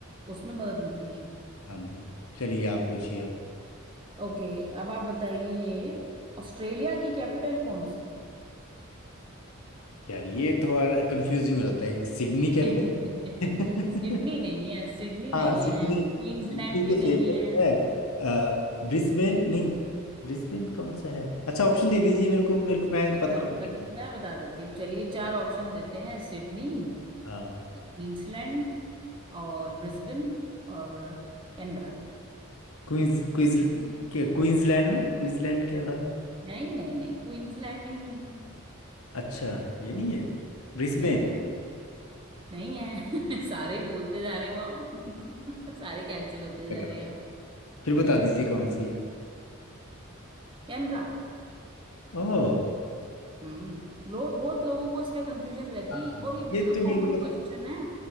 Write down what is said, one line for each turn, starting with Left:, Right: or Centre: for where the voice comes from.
Right: उसमें मदद मिलेगी
Left: हाँ जी चलिए आप पूछिए अब
Right: ओके अब आप बताइए ऑस्ट्रेलिया की कैपिटल कौन सी है
Left: यार ये थोड़ा कंफ्यूजिंग हो जाता है सिडनी
Right: <laughs>
Left: कहते हैं
Right: सिडनी
Left: <laughs>
Right: नहीं है सिडनी
Left: हाँ
Right: नहीं
Left: सिडनी
Right: है क्वींसलैंड
Left: सिडनी तो
Right: भी
Left: फेमस
Right: नहीं है
Left: है अ, ब्रिस्बेन नहीं ब्रिस्बेन कौन सा है अच्छा ऑप्शन दे दीजिए मेरे को मेरे को मैं
Right: अच्छा
Left: पता लग जाएगा
Right: बत, मैं बता देती हूँ चलिए चार ऑप्शन देते हैं सिडनी
Left: हाँ
Right: क्वींसलैंड और ब्रिस्बेन और कैनबरा
Left: क्वींस क्वींस क्या क्वींसलैंड ना क्वींसलैंड क्या था वो?
Right: नहीं नहीं नहीं क्वींसलैंड नहीं है
Left: अच्छा ये नहीं है ब्रिस्बेन
Right: नहीं है नहीं है <laughs> सारे बोलते जा रहे हो आप <laughs> सारे कैंसिल होते जा
Left: गलत
Right: रहे हैं
Left: हो।
Right: अब
Left: फिर बता दीजिए कौन सी है
Right: कैमरा
Left: ओह
Right: हम्म लो बहुत लोगों को इसमें कंफ्यूजन रहती
Left: हाँ
Right: है और ये
Left: ये
Right: बड़ा
Left: तो मेरे
Right: कॉमन
Left: को पता
Right: क्वेश्चन है